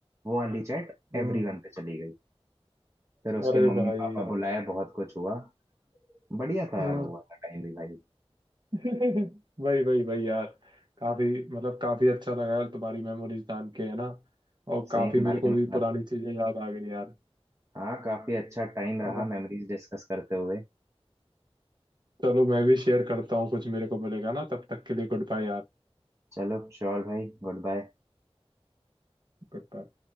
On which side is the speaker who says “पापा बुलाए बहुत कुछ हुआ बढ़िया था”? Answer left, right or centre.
Right